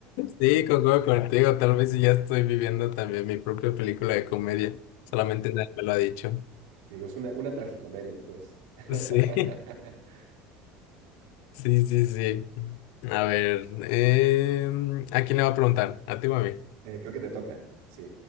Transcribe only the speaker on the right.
Digo, es una, una tragicomedia, pues. <laughs>
Eh, creo que te toca, sí.